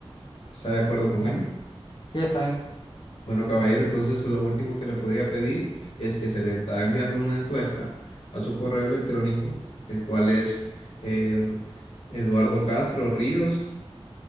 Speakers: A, on the left (about 85°); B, on the left (about 50°).
A: ¿Está de acuerdo con
B: Bueno,
A: él?
B: sí, está bien.
A: Bueno, caballero, entonces lo último que le podría pedir es que se le estará enviando una encuesta a su correo electrónico, el cual es eh, Eduardo Castro Ríos